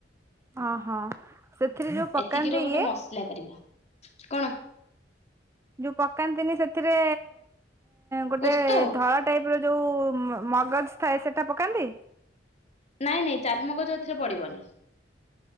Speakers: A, on the right; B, on the left.
A: ଅ ହଁ ସେଥିରେ ଯୋଉ
B: ଏତିକିର
A: ପକାନ୍ତି
B: ଗୋଟେ
A: ଇଏ।
B: ମସଲା କରିବା କଣ?
A: ଯୋଉ ପକାନ୍ତିନି ସେଥିରେ ଗୋଟେ
B: ପୋସ୍ତ
A: ଧଳା ଟାଇପ୍ ର ଯୋଉ ମ ମଗଜ୍ ଥାଏ ସେଟା ପକାନ୍ତି।
B: ନାଇଁ ନାଇଁ ଚାରୁ ମଗଜ ଏଥିରେ ପଡ଼ିବନି।